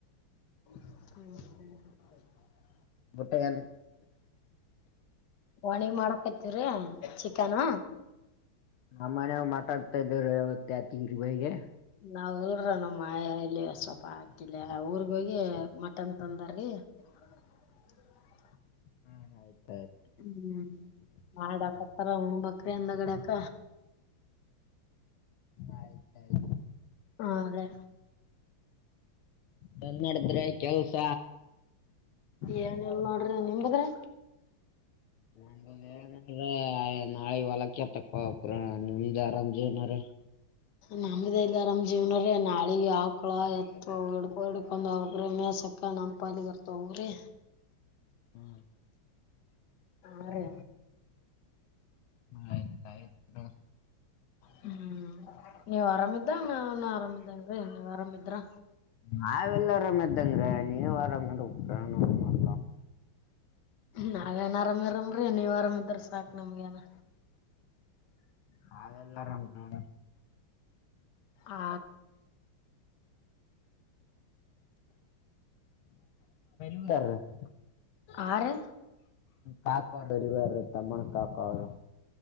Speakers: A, on the left; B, on the left.
A: <unintelligible>
B: ಊಟ ಏನ್
A: ಒಣಿಗ ಮಾಡಕತಿವ್ರೀ ಚಿಕನ್
B: ನಮ್ಮನೆಗೂ ಮಟನ್ ತಂಡೀವ್ರಿ ಯವತ್ತ <unintelligible>
A: ನಾವಲ್ರ ನಮ್ಮ ಇಲ್ಲಿ ಸ್ವಲ್ಪ ಹಾಕಿಲ್ಲ ಊರ್ಗ ಹೋಗಿ ಮಟನ್ ತಂದಾರಿ <unintelligible>
B: ಹಾ ಆಯ್ತಾಯಯ್ತು
A: ಹ್ಮ್ ಮಾಡಾಕತ್ತರ ಉಣಬೇಕ್ ಕ್ರ ಹಿಂದಗಡ್ಯಾಕ
B: ಆಯ್ತ ಆಯ್ತು
A: ಹಾ ರಿ
B: ಹೆಂಗ್ ನಡದ್ರೆ ಕೆಲ್ಸ
A: ಏನಿಲ್ ನೋಡ್ರಿ ನಿಂಬದ ರಿ
B: ನಮ್ದ್ ಏನ ನಾಳೆ ಹೊಲಕ ಕೆತ್ತಕ್ ಹೋಗ್ಬೇಕ್ರೆ ನಿಮ್ದ್ ಆರಾಮ ಜೀವನರಿ
A: ನಮ್ದ ಎಲ್ಲಿ ಆರಾಮ್ ಜೀವನ ರಿ ನಾಳಿಗೆ ಆಕ್ಳ ಎತ್ತು ಹಿಡ್ಕೋ ಹಿಡ್ಕೊಂಡ ಹೋಗ್ಬೇಕ್ರಿ ಸಕ್ಕ ನಮ್ಮ ಪಾಲಿಗರ್ ತಗೋಗ್ರಿ
B: ಹೂ ರಿ
A: ಹಾರಿ
B: ಆಯ್ತ ಆಯ್ತ ತೊಗೊ
A: ಹ್ಮ್ ನೀವ್ ಆರಾಮಿದಗ ನಾವ ಆರಾಮಿದಂಗ್ರೀ ನೀವ್ ಆರಾಮಿದ್ರ
B: ನಾವೆಲ್ಲ ಆರಾಮ್ದಂಗ್ರ ನೀವು ಆರಾಮಿರ್ಬೆಕ್ ಮೊದ್ಲ
A: ನಾವೇನ್ ಆರಾಮಿರಾಮ್ರೀ ನೀವ್ ಆರಾಮಿದ್ರ ಸಾಕು ನಮ್ಗೆೇನ
B: ಹ ಅಲ್ಲ ಆರಾಮ ನೋಡ್
A: ಆ
B: <unintelligible>
A: ಆ ರೀ
B: ಕಾಕೋನ್ಡ ಅರಿವಾಯಾರ್ರೀ ತಮಣ ಕಾ ಪಾ ಅವ್ರ್